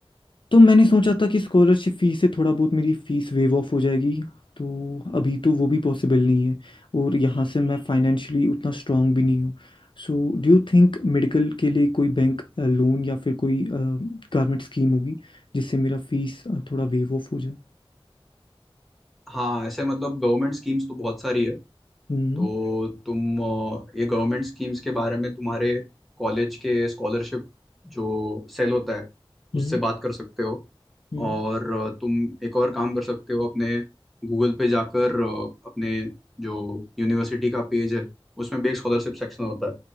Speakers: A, on the left (about 55°); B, in the centre.
A: तो मैंने सोचा था कि स्कॉलरशिप फीस से थोड़ा बहुत मेरी फीस वेव ऑफ हो जाएगी तो अभी तो वो भी पॉसिबल नहीं है और यहाँ से मैं फाइनेंशियली उतना स्ट्रांग भी नहीं हूँ So do you think medical के लिए कोई बैंक लोन या फिर कोई गवर्नमेंट स्कीम होगी जिससे मेरा फीस थोड़ा वेव ऑफ हो जाए
B: हाँ ऐसे मतलब गवर्नमेंट स्कीम्स तो बहुत सारी है
A: हम्म
B: तो तुम अ, ये गवर्नमेंट स्कीम्स के बारे में तुम्हारे कॉलेज के स्कॉलरशिप जो सेल होता है
A: हम्म
B: उससे बात कर सकते हो
A: हम्म
B: और अ, तुम एक और काम कर सकते हो अपने गूगल पे जाकर अ, अपने जो यूनिवर्सिटी का पेज है उसमें भी एक स्कॉलरशिप सेक्शन होता है